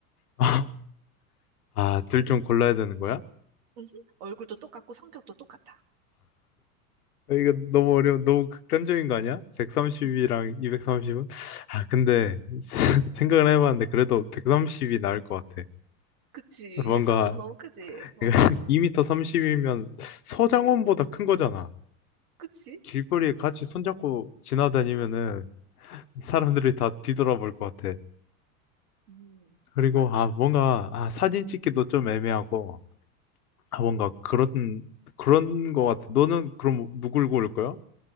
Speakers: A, on the left; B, on the right.
A: <laughs> 아, 둘 좀 골라야 되는 거야?
B: 음, 얼굴도 똑같고 성격도 똑같아.
A: 아, 이거 너무 어려운, 너무 극단적인 거 아니야? 130이랑
B: 음,
A: 230은? 아, 근데 <laughs> 생각을 해봤는데 그래도 130이 나을 것 같아.
B: 그치.
A: 뭔가
B: 230은 너무 크지.
A: <laughs>
B: 어,
A: 2m 30이면 서장훈보다 <laughs> 큰 거잖아.
B: 그치?
A: 길거리에 같이 손잡고 지나다니면은 사람들이 다 뒤돌아볼 것 같아.
B: 음,
A: 그리고
B: 맞아.
A: 아, 뭔가 아, 사진 찍기도 좀 애매하고 아, 뭔가 그런 그런 거 같아. 너는 그럼 누굴 고를 거야?